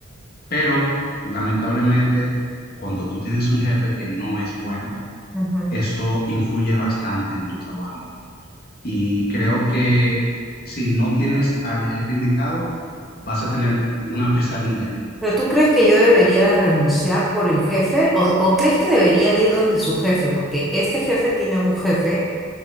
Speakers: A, on the left (about 50°); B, in the centre.
A: Pero, lamentablemente, cuando tú tienes un jefe que no es bueno,
B: Ujú.
A: eso influye bastante en tu trabajo. Y creo que si no tienes al jefe indicado, vas a tener una pesadilla
B: ¿Pero tú crees que yo debería de renunciar por el jefe o, o crees que debería de ir donde su jefe? Porque este jefe tiene un jefe